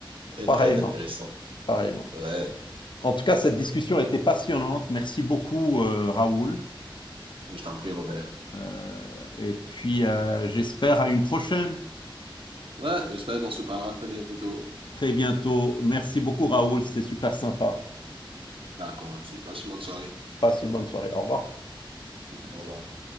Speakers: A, on the right; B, on the left.
A: d'être
B: pareillement,
A: très, très intéressant.
B: pareillement.
A: Ouais,
B: En tout cas, cette discussion a été passionnante, merci beaucoup, euh, Raoul.
A: je t'en prie, Robert.
B: Euh, et puis, euh, j'espère à une prochaine,
A: Ouais, j'espère qu'on se parlera très bientôt.
B: très bientôt. Merci beaucoup, Raoul, c'était super sympa.
A: D'accord, merci. Passe une bonne soirée.
B: Passe une bonne soirée. Au revoir.
A: Au revoir.